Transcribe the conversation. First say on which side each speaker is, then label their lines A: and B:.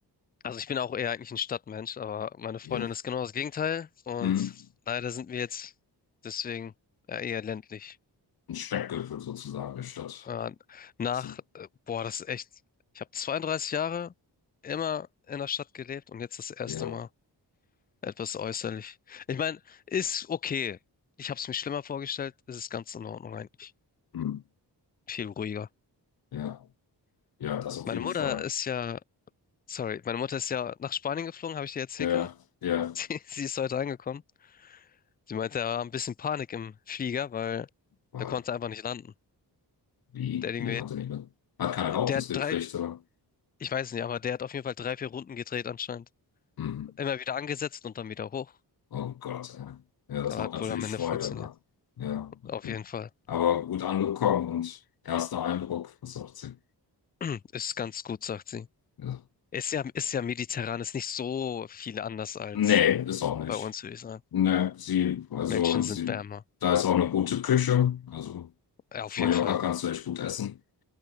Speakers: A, on the left; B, on the left.
A: Also ich bin auch eher eigentlich ein Stadtmensch, aber meine Freundin
B: Hier.
A: ist genau das Gegenteil und
B: Hm.
A: leider sind wir jetzt deswegen ja, eher ländlich.
B: Ein Speckgürtel sozusagen der Stadt.
A: Äh, nach,
B: So,
A: äh, boah, das ist echt. Ich habe 32 Jahre immer in der Stadt gelebt und jetzt das erste
B: ja.
A: Mal. Etwas äußerlich. Ich meine, ist okay. Ich habe es mir schlimmer vorgestellt. Es ist ganz in Ordnung eigentlich.
B: Hm.
A: Viel ruhiger.
B: Ja. Ja, das auf
A: Meine
B: jeden
A: Mutter
B: Fall.
A: ist ja, sorry, meine Mutter ist ja nach Spanien geflogen, habe ich dir erzählt
B: Ja,
A: gehabt.
B: ja.
A: <laughs> Sie, sie ist heute angekommen. Sie meinte, er war ein bisschen Panik im Flieger, weil
B: Weil,
A: der konnte einfach nicht landen.
B: Wie?
A: Der, Ding
B: Wie, der
A: wird-
B: konnte nicht mit. Hat keine Erlaubnis
A: der hat
B: gekriegt,
A: drei,
B: oder?
A: ich weiß nicht, aber der hat auf jeden Fall drei, vier Runden gedreht anscheinend.
B: Hm.
A: Immer wieder angesetzt und dann wieder hoch.
B: Oh Gott, ey. Ja, das
A: Aber
B: macht
A: hat
B: natürlich
A: wohl am Ende
B: Freude,
A: funktioniert.
B: ne? Ja, okay.
A: Auf jeden Fall.
B: Aber gut angekommen und erster Eindruck, was sagt sie?
A: <clears throat> Ist ganz gut, sagt sie.
B: Ja.
A: Ist ja, ist ja mediterran, ist nicht so viel anders als
B: Nee, ist auch nicht.
A: bei uns, würde ich sagen.
B: Nee, sie, also
A: Menschen sind
B: sie,
A: wärmer.
B: da ist auch eine gute Küche. Also
A: Ja, auf
B: auf Mallorca
A: jeden Fall.
B: kannst du echt gut essen